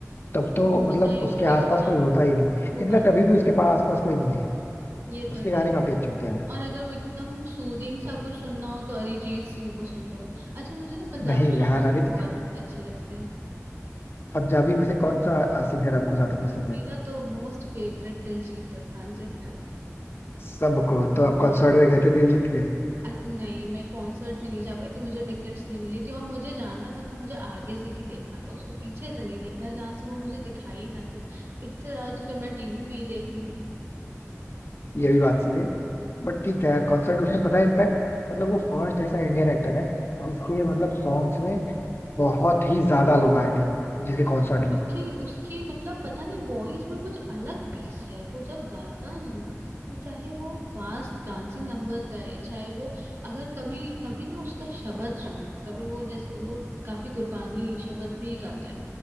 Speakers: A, on the left; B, on the right.
A: तब
B: तो,
A: तो मतलब
B: तो कहीं
A: उसके
B: और
A: आसपास
B: ही होता
A: कोई होता ही नहीं
B: वो
A: इनफैक्ट
B: बात
A: अभी भी उसके पास आसपास कोई नहीं है
B: ये
A: उसके
B: तो
A: गाने
B: है
A: काफी अच्छे होते हैं यार
B: और अगर वो एकदम सूदिंग सा कुछ सुनना हो तो अरिजीत सिंह को सुन लो अच्छा मुझे ना पंजाबी
A: नहीं यार
B: सॉन्ग्स
A: अभी
B: भी बहुत अच्छे लगते हैं
A: पंजाबी में से कौन सा सिंगर आपको ज्यादा पसंद
B: मेरा
A: है
B: तो मोस्ट फेवरेट दिलजीत दोसांझ है
A: सबको तो आप कॉन्सर्ट
B: बहुत
A: में गए थे दिलजीत के
B: अ, नहीं मैं कॉन्सर्ट में नहीं जा पाई थी मुझे टिकट्स नहीं मिली थी और मुझे जाना था तो मुझे आगे से ही देखना था उसको पीछे से नहीं देखना जहां से वो मुझे दिखाई ना दे इससे ज्यादा तो फिर मैं टीवी में ही देख लूंगी
A: ये भी बात सही है बट ठीक है कॉन्सर्ट उसने पता है इनफैक्ट मतलब वो फर्स्ट ऐसा इंडियन एक्टर है जिसके मतलब सॉन्ग्स में बहुत ही ज्यादा लोग आए थे जिसके
B: तो
A: कॉन्सर्ट
B: क्योंकि
A: में
B: उसकी मतलब पता नहीं वॉइस में कुछ अलग पीस है वो जब गाता है ना वो चाहे वो फास्ट डांसिंग नंबर्स गाए चाहे वो अगर कभी कभी ना उसका शब्द सुनना कभी वो जैसे वो काफी गुरबानी शब्द भी गाता है